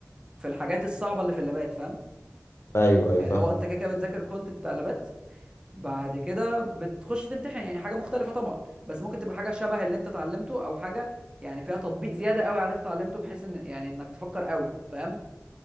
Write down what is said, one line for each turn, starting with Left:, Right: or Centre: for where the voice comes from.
Right: في الحاجات الصعبه اللي في اللابات فاهم
Left: ايوه ايوه
Right: يعني
Left: فاهم
Right: هو انت كده كده بتذاكر الكونتنت بتاع اللابات بعد كده بتخش تمتحن يعني حاجه مختلفه طبعا بس ممكن تبقى حاجه شبه اللي انت اتعلمته او حاجه يعني فيها تطبيق زياده قوي على اللي انت اتعلمته بحيث ان يعني انك تفكر قوي فاهم